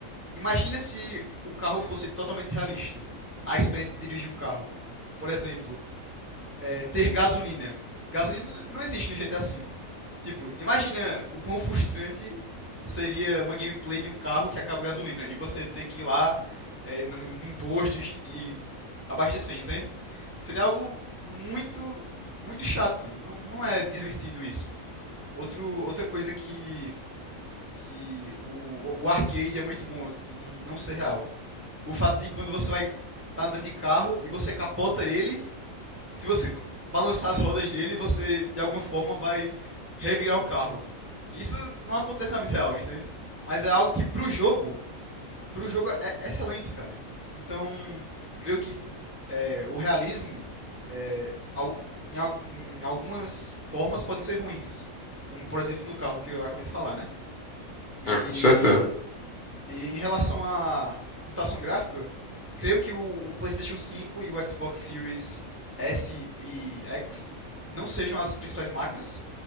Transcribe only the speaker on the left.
É, com certeza.